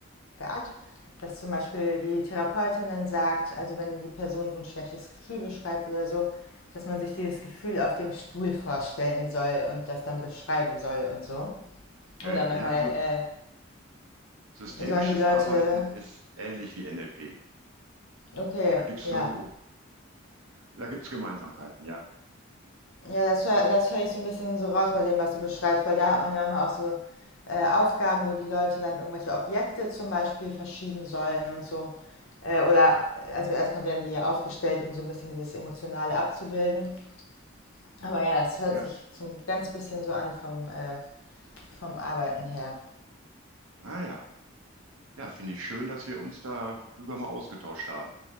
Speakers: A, on the left; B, on the right.
A: gearbeitet. Dass zum Beispiel die Therapeutin dann sagt, also wenn die Person so ein schlechtes Gefühl beschreibt oder so, dass man sich dieses Gefühl auf dem Stuhl vorstellen soll und das dann beschreiben soll und so.
B: Äh,
A: Oder manchmal
B: ja, so,
A: äh,
B: Systemisches
A: sollen die Leute,
B: Arbeiten ist ähnlich wie NLP.
A: okay,
B: Da gibt's
A: ja.
B: so, da gibt's Gemeinsamkeiten, ja.
A: Ja, das höre das hör ich so ein bisschen so raus bei dem, was du beschreibst, weil da hat man ja manchmal auch so, äh, Aufgaben, wo die Leute dann irgendwelche Objekte zum Beispiel verschieben sollen und so. Äh, oder also, erstmal werden die ja aufgestellt, um so ein bisschen dieses Emotionale abzubilden. Aber ja, das hört
B: Ja.
A: sich so 'n ganz bisschen so an vom, äh vom Arbeiten her.
B: Ah ja. Ja, finde ich schön, dass wir uns darüber mal ausgetauscht haben.